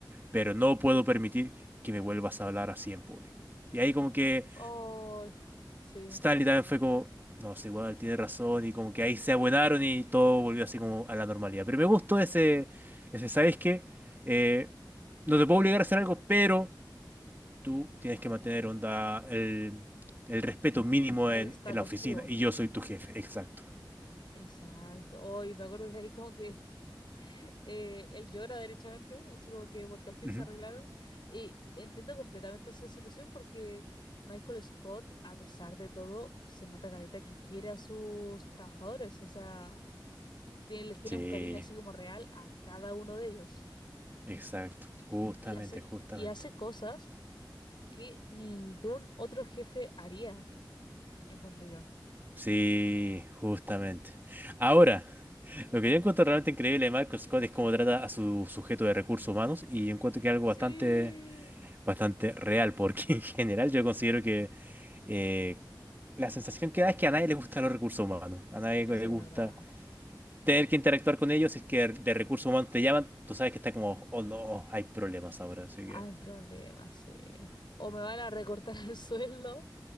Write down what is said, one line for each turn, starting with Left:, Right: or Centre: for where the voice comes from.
Right: pero no puedo permitir que me vuelvas a hablar así en público. Y ahí como que
Left: Ay, sí.
Right: Stanley también fue como, no, es igual, tiene razón, y como que ahí se abuenaron y todo volvió así como a la normalidad. Pero me gustó ese, ese, ¿sabes qué? Eh, no te puedo obligar a hacer algo, pero tú tienes que mantener onda el, el respeto mínimo
Left: El
Right: en,
Left: status
Right: en la oficina
Left: quo.
Right: y yo soy tu jefe, exacto.
Left: Exacto. Hoy me acuerdo que ahí como que <laughs> eh, él llora derechamente, así como que porque al fin
Right: Ujú.
Left: se arreglaron. Y entiendo completamente esa situación porque Michael Scott, a pesar de todo, se nota caleta que quiere a sus trabajadores. O sea, tiene- les tiene
Right: Sí,
Left: un cariño así como real a cada uno de ellos.
Right: exacto, justamente,
Left: Y hace,
Right: justamente.
Left: y hace cosas que ningún otro jefe haría, encuentro yo.
Right: Sí, justamente. Ahora, Lo que yo encuentro realmente increíble de Michael Scott es cómo trata a su sujeto de recursos humanos y yo encuentro que es algo
Left: Sí,
Right: bastante, bastante real, porque <laughs> en general yo considero que eh, la sensación que da es que a nadie le gustan los recursos humanos, a nadie
Left: eso
Right: le
Left: es
Right: gusta
Left: verdad.
Right: tener que interactuar con ellos, si es que de recursos humanos te llaman, tú sabes que está como, oh no, hay problemas ahora, así que...
Left: Hay problemas, sí. O me van a recortar el <laughs> sueldo